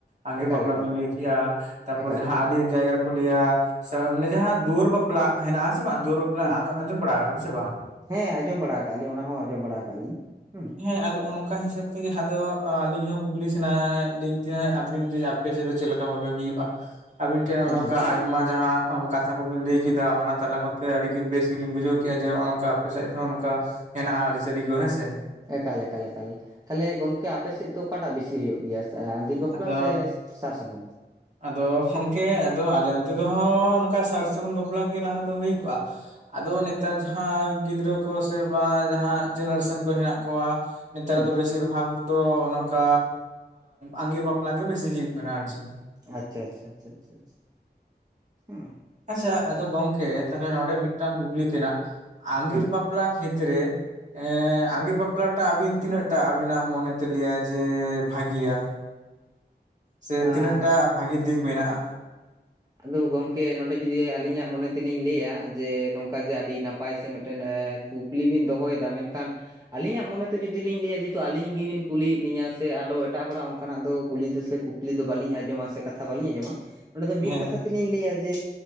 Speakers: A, on the right; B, on the right.
A: ᱟᱸᱜᱤᱨ
B: ᱮᱠᱟᱞ
A: ᱵᱟᱯᱞᱟ
B: ᱮᱠᱟᱞ
A: ᱵᱤᱱ ᱞᱟᱹᱭ ᱠᱮᱜᱼᱟ᱾ ᱛᱟᱨᱯᱚᱨ
B: ᱮᱠᱟᱞ
A: ᱡᱟᱦᱟᱸ ᱟᱹᱰᱤ ᱡᱟᱭᱜᱟᱨᱮ ᱠᱩ ᱞᱤᱭᱟ ᱥᱮ ᱢᱟᱱᱮ ᱡᱟᱦᱟᱸ ᱫᱩᱣᱟᱹᱨ ᱵᱟᱯᱞᱟ ᱦᱮᱱᱟᱜ ᱟᱥᱮ ᱵᱟᱝ᱾ ᱫᱩᱣᱟᱹᱨ ᱵᱟᱯᱞᱟ
B: ᱦᱩᱸ
A: ᱟᱸᱡᱚᱢ ᱵᱟᱲᱟ ᱟᱠᱟᱜᱼᱟ ᱵᱤᱱ ᱥᱮ ᱵᱟᱝ?
B: ᱦᱮᱸ ᱟᱸᱡᱚᱢ ᱵᱟᱲᱟ ᱟᱠᱟᱜ ᱞᱤᱧ᱾ ᱚᱱᱟ ᱦᱚᱸ ᱟᱸᱡᱚᱢ ᱵᱟᱲᱟ ᱟᱠᱟᱜ ᱞᱤᱧ ᱦᱩᱸ ᱾
A: ᱦᱮᱸ ᱟᱫᱚ ᱚᱱᱠᱟ ᱦᱤᱥᱟᱹᱵ ᱛᱮᱜᱮ, ᱟᱫᱚ ᱟᱹᱞᱤᱧ ᱦᱚᱸ ᱠᱩᱠᱞᱤ ᱥᱟᱱᱟᱭᱮᱫ ᱞᱤᱧ ᱛᱟᱦᱮᱸ ᱟᱵᱤᱱ ᱡᱮᱼᱼ ᱟᱯᱮ ᱥᱮᱫ ᱫᱚ ᱪᱮᱫ ᱞᱮᱠᱟ ᱵᱷᱟᱵᱮ ᱦᱩᱭᱩᱜᱼᱟ᱾ ᱟᱵᱤᱱ ᱴᱷᱮᱱ
B: ᱟᱪᱪᱷᱟ
A: ᱱᱚᱝᱠᱟ
B: ᱟᱪᱪᱷᱟ
A: ᱟᱭᱢᱟ ᱡᱟᱦᱟᱸ ᱟᱢ ᱠᱟᱛᱷᱟ ᱠᱚ ᱵᱤᱱ ᱞᱟᱹᱭ ᱠᱮᱫᱟ᱾ ᱚᱱᱟ ᱛᱟᱞᱟ ᱠᱚᱛᱮ ᱟᱹᱰᱤ ᱵᱮᱥ ᱜᱮᱞᱤᱧ ᱵᱩᱡᱷᱟᱹᱣ ᱠᱮᱫᱼᱟ ᱡᱮ ᱱᱚᱜᱼᱚ ᱱᱚᱝᱠᱟ ᱟᱯᱮ ᱥᱮᱫ ᱦᱚᱸ ᱱᱚᱝᱠᱟ᱾ ᱦᱮᱱᱟᱜᱼᱟ ᱾ ᱟᱹᱨᱤᱪᱟᱹᱞᱤ ᱠᱚ ᱦᱮᱸ ᱥᱮ᱾
B: ᱮᱠᱟᱞ ᱮᱠᱟᱞ ᱮᱠᱟᱞ᱾ ᱛᱟᱦᱞᱮ ᱜᱚᱝᱠᱮ ᱟᱯᱮ ᱥᱮᱫ ᱫᱚ ᱚᱠᱟᱴᱟᱜ ᱵᱮᱥᱤ ᱦᱩᱭᱩᱜ ᱜᱮᱭᱟ? ᱟᱸᱜᱤᱨ ᱵᱟᱯᱞᱟ
A: ᱟᱫᱚ
B: ᱥᱮ ᱥᱟᱨ ᱥᱟᱹᱜᱩᱱ᱾
A: ᱟᱫᱚ ᱜᱚᱝᱠᱮ ᱟᱫᱚ ᱟᱞᱮ ᱚᱱᱛᱮ ᱫᱚ ᱱᱚᱝᱠᱟ ᱥᱟᱨ ᱥᱟᱹᱜᱩᱱ ᱵᱟᱯᱞᱟ ᱜᱮ ᱞᱟᱦᱟ ᱫᱚ ᱦᱳᱭ ᱠᱚᱜᱼᱟ᱾ ᱟᱫᱚ ᱱᱮᱛᱼᱼ ᱱᱮᱛᱟᱨ ᱡᱟᱦᱟᱸ ᱜᱤᱫᱽᱨᱟᱹ ᱠᱚ ᱥᱮ ᱵᱟᱝ ᱡᱟᱦᱟᱸ ᱡᱮᱱᱟᱨᱮᱥᱚᱱ ᱠᱚ ᱦᱮᱱᱟᱜ ᱠᱚᱣᱟ᱾ ᱱᱮᱛᱟᱨ
B: ᱦᱩᱸ
A: ᱫᱚ ᱵᱮᱥᱤᱨ ᱵᱷᱟᱜᱽ ᱫᱚ᱾ ᱚᱱᱠᱟ ᱟᱹᱜᱤᱨ ᱵᱟᱯᱞᱟ ᱜᱮ ᱵᱮᱥᱤ ᱦᱩᱭᱩᱜ ᱠᱟᱱᱟ ᱟᱨ ᱪᱮᱫ᱾
B: ᱟᱪᱪᱷᱟ, ᱟᱪᱪᱷᱟ, ᱟᱪᱪᱷᱟ, ᱟᱪᱪᱷᱟ, ᱟᱪᱪᱷᱟ ᱦᱩᱸ᱾
A: ᱟᱪᱪᱷᱟ ᱟᱫᱚ ᱜᱚᱝᱠᱮ, ᱛᱟᱦᱚᱞᱮ ᱱᱚᱸᱰᱮ ᱢᱤᱫᱴᱟᱝ ᱠᱩᱠᱞᱤ ᱛᱮᱱᱟᱜ ᱾ᱟᱜᱤᱨ
B: ᱦᱮᱸ
A: ᱵᱟᱯᱞᱟ ᱠᱷᱮᱛᱨᱮ ᱮᱸ ᱟᱸᱜᱤᱨ ᱵᱟᱯᱞᱟᱴᱟᱜ ᱟᱵᱤᱱ ᱛᱤᱱᱟᱹᱜ ᱴᱟ ᱟᱵᱤᱱᱟᱜ ᱢᱚᱱᱮᱛᱮ ᱞᱟᱹᱭᱟᱭ ᱡᱮ ᱵᱷᱟᱹᱜᱤᱭᱟ? ᱥᱮ
B: ᱟᱨ
A: ᱛᱤᱱᱟᱹᱜ ᱴᱟ ᱵᱷᱟᱜᱤ ᱫᱤᱠ ᱢᱮᱱᱟᱜᱼᱟ᱾
B: ᱟᱫᱚ ᱜᱚᱝᱠᱮ, ᱱᱚᱸᱰᱮ ᱡᱩᱫᱤ ᱟᱹᱞᱤᱧᱟᱜ ᱢᱚᱱᱮ ᱛᱮᱞᱤᱧ ᱞᱮᱭᱼᱟ᱾ ᱡᱮ ᱱᱚᱝᱠᱟ ᱡᱮ ᱟᱹᱰᱤ ᱱᱟᱯᱼᱼ ᱱᱟᱯᱟᱭ ᱥᱮ ᱢᱤᱫᱴᱮᱱ ᱠᱩᱠᱞᱤ ᱵᱤᱱ ᱫᱚᱦᱚᱭ ᱮᱫᱟ ᱾ ᱢᱮᱱᱠᱷᱟᱱ ᱟᱹᱞᱤᱧᱟᱜ ᱢᱚᱱᱮᱛᱮ ᱡᱩᱫᱤ ᱞᱤᱧ ᱞᱟᱹᱭᱟ ᱡᱮᱦᱮᱛᱩ ᱟᱞᱤᱧ ᱜᱮ ᱵᱤᱱ ᱠᱩᱞᱤᱭᱮᱫ ᱞᱤᱧᱟᱹ ᱥᱮ ᱟᱫᱚ ᱮᱴᱟᱜ ᱦᱚᱲᱟᱜ ᱚᱱᱠᱟᱱᱟᱜ ᱫᱚ ᱠᱩᱞᱤ ᱛᱮ ᱥᱮ ᱠᱩᱠᱼᱼ ᱠᱩᱠᱞᱤ ᱫᱚ ᱵᱟᱞᱤᱧ ᱟᱸᱡᱚᱢᱼᱟ ᱥᱮ ᱠᱟᱛᱷᱟ ᱵᱟᱞᱤᱧ ᱟᱸᱡᱚᱢᱟ᱾ ᱚᱸᱰᱮ ᱫᱚ ᱢᱤᱫ
A: ᱦᱮᱸ
B: ᱠᱟᱛᱷᱟ ᱛᱮᱞᱤᱧ ᱞᱟᱹᱭᱼᱟ ᱡᱮ